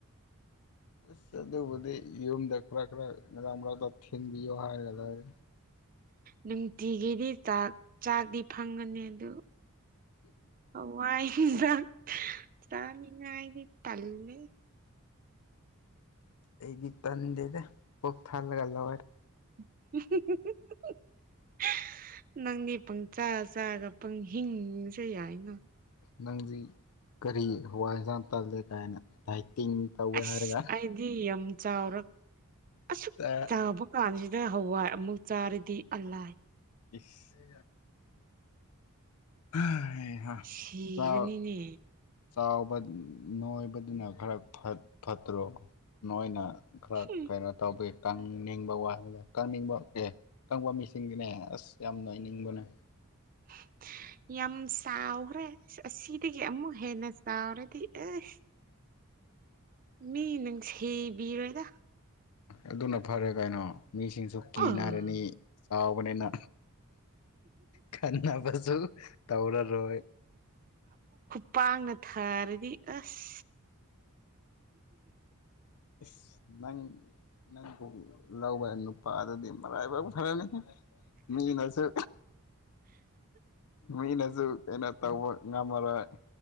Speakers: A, on the left; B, on the right.
A: ꯑꯁ ꯑꯗꯨꯕꯨꯗꯤ ꯌꯨꯝꯗ ꯈꯔ ꯈꯔ <unintelligible> ꯊꯤꯟꯕꯤꯌꯣ ꯍꯥꯏꯔꯒ ꯂꯣꯏꯔꯦ
B: ꯅꯨꯡꯇꯤꯒꯤꯗꯤ ꯆꯥꯛ ꯆꯥꯛꯗꯤ ꯐꯪꯉꯅꯤ ꯑꯗꯨ ꯍꯋꯥꯏ ꯍꯤꯟꯁꯥꯡ ꯆꯥꯅꯤꯡꯉꯥꯏꯒꯤ ꯇꯜꯂꯤ
A: ꯑꯩꯗꯤ ꯇꯥꯟꯗꯦꯗ ꯄꯨꯛ ꯊꯜꯂꯒ ꯂꯣꯏꯔꯦ
B: ꯎꯝ ꯍꯨ ꯍꯨꯝ ꯍꯨ ꯎꯝ ꯍꯨ ꯅꯪꯗꯤ ꯄꯪꯆ ꯆꯥꯔꯒ ꯄꯪꯍꯤꯡ ꯍꯤꯡꯕꯁꯨ ꯌꯥꯏꯅ
A: ꯅꯪꯖꯤ ꯀꯔꯤ ꯍꯋꯥꯏ ꯍꯦꯟꯖꯥꯡ ꯇꯜꯂꯦ ꯀꯥꯏꯅ ꯥ ꯗꯥꯏꯇꯤꯡ ꯇꯧꯋꯦ
B: ꯑꯁ
A: ꯍꯥꯏꯔꯒ
B: ꯑꯩꯗꯤ ꯌꯥꯝ ꯆꯥꯎꯔꯛ ꯑꯁꯨꯛ
A: ꯆꯥꯛ
B: ꯆꯥꯎꯕ ꯀꯥꯟꯁꯤꯗ ꯍꯋꯥꯏ ꯑꯃꯨꯛ ꯆꯥꯔꯗꯤ ꯑꯜꯂꯥꯏ
A: ꯏꯁ ꯍꯥꯍꯩꯍꯥ
B: ꯁꯤꯒꯅꯤꯅꯦ
A: ꯆꯥꯎ ꯆꯥꯎ ꯅꯣꯏꯕꯗꯨꯅ ꯈꯔ ꯐꯠ ꯐꯠꯇ꯭ꯔꯣ ꯅꯣꯏꯅ ꯈꯔ
B: ꯍꯨꯝ
A: ꯀꯩꯅꯣ ꯇꯧꯕꯤ ꯀꯪꯅꯤꯡꯕ ꯋꯥꯅꯤꯗ ꯀꯪꯅꯤꯡꯕ ꯑꯦ ꯀꯪꯕ ꯃꯤꯁꯤꯡꯗꯤꯅꯦ ꯑꯁ ꯌꯥꯝ ꯂꯣꯏꯅꯤꯡꯕꯅꯦ
B: <unintelligible> ꯌꯥꯝ ꯁꯥꯎꯒ꯭ꯔꯦ ꯑꯁꯤꯗꯒꯤ ꯑꯃꯨꯛ ꯍꯦꯟꯅ ꯆꯥꯎꯔꯗꯤ ꯑꯦ ꯃꯤ ꯅꯪꯁꯤꯕꯤꯔꯣꯏꯗ
A: ꯑꯗꯨꯅ ꯐꯔꯦ ꯀꯩꯅꯣ ꯃꯤꯁꯤꯡꯁꯨ ꯀꯤꯅꯔꯅꯤ
B: ꯑꯥ
A: ꯆꯥꯎꯕꯅꯤꯅ ꯈꯟꯅꯕꯁꯨ ꯇꯧꯔꯔꯣꯏ
B: ꯄꯥꯡꯅ ꯊꯥꯔꯗꯤ ꯑꯁ
A: ꯏꯁ ꯅꯪ ꯅꯪꯕꯨ ꯂꯧꯕ ꯅꯨꯄꯥꯗꯨꯗꯤ ꯃꯔꯥꯏꯕꯛ ꯐꯔꯅꯤ ꯃꯤꯅꯁꯨ ꯃꯤꯅꯖꯨ ꯀꯩꯅꯣ ꯇꯧꯕ ꯉꯝꯃꯔꯣꯏ